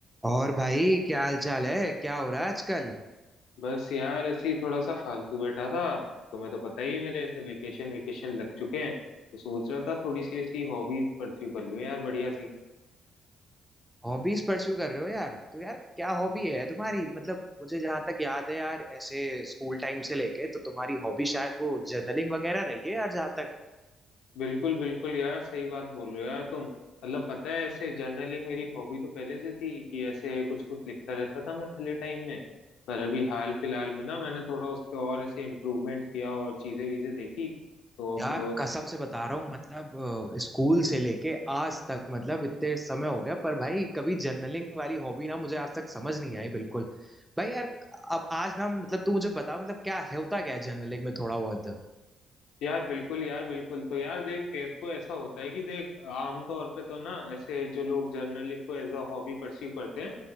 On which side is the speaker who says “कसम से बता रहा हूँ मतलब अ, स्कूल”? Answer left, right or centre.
Centre